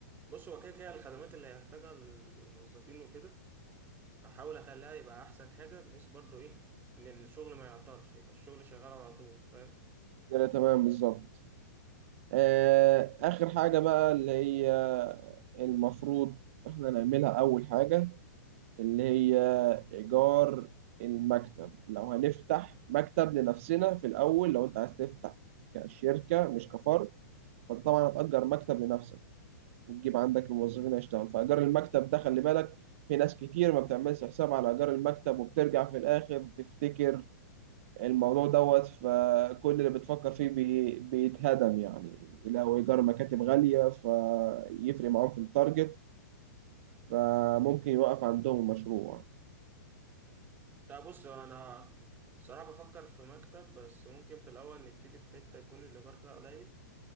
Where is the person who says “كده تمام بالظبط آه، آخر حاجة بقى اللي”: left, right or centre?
Right